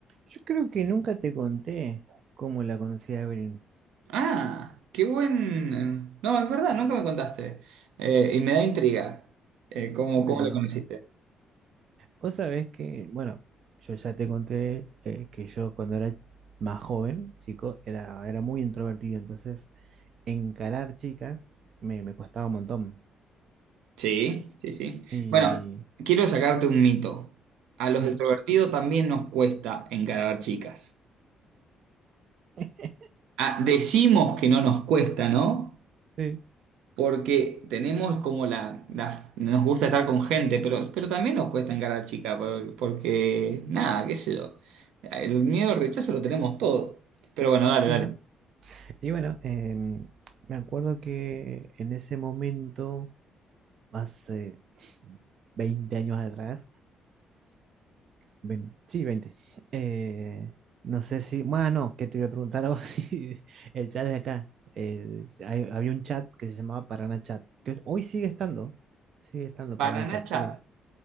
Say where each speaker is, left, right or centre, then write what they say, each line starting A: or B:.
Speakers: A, on the right; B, on the right.
A: Yo creo que nunca te conté cómo la conocí a Evelyn.
B: Ah, qué buen... No, es verdad, nunca me contaste. Eh, y me da intriga. Eh, ¿cómo,
A: Bueno,
B: cómo lo conociste?
A: vos sabés que, bueno, yo ya te conté eh, que yo cuando era más joven, chico, era, era muy introvertido, entonces encarar chicas me, me costaba un montón.
B: Sí, sí, sí.
A: Y
B: Bueno, quiero sacarte un mito. A
A: sí,
B: los extrovertidos también nos cuesta encarar chicas.
A: <laughs>
B: Ah, decimos que no nos cuesta, ¿no?
A: sí,
B: Porque tenemos como la, la- Nos gusta estar con gente, pero, pero también nos cuesta encarar chicas, por- porque, nada, qué sé yo. El miedo al rechazo lo tenemos todo. Pero bueno, dale,
A: sí,
B: dale.
A: ¿no? Y bueno, em, me acuerdo que en ese momento, hace 20 años atrás, Vein- sí, veinte Eh, no sé si, bueno, que te iba a preguntar a vos <laughs> si el chat de acá. eh, hay- había un chat que se llamaba Parana Chat, que hoy sigue estando, sigue estando
B: Para
A: Parana
B: Nacha
A: Chat. Sí,